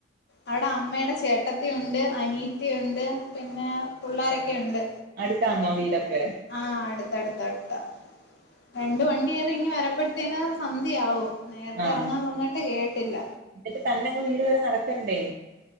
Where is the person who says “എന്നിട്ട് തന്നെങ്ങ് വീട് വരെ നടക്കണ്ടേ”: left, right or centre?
Right